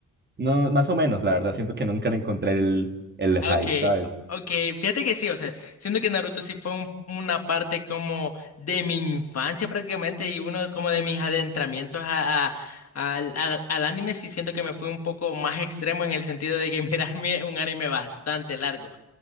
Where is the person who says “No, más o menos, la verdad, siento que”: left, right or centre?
Right